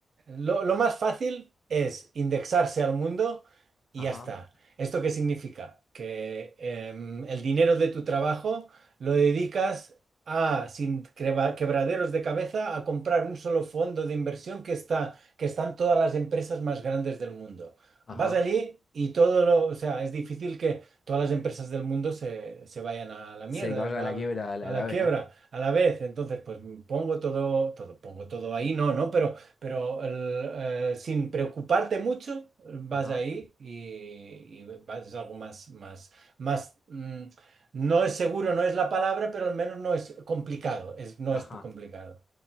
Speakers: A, on the right; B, on the left.
A: lo, lo más fácil es indexarse al mundo y
B: ajá,
A: ya está. ¿Esto qué significa? Que em, el dinero de tu trabajo lo dedicas a, sin creba- quebraderos de cabeza, a comprar un solo fondo de inversión que está, que están todas las empresas más grandes del mundo.
B: ajá,
A: Vas allí y todo lo... O sea, es difícil que todas las empresas del mundo se, se vayan a la mierda.
B: Sí, que vayan
A: va-
B: a la quiebra a la,
A: a
B: a
A: la
B: la vez,
A: quiebra,
B: ¿no?
A: a la vez. Entonces, pues mm, pongo todo, todo, pongo todo ahí, no, no, pero, pero el, eh, sin preocuparte mucho, vas
B: ajá,
A: ahí y, y vas, es algo más, más, más, mm, no es seguro, no es la palabra, pero al menos no es complicado, es, no
B: ajá.
A: es complicado.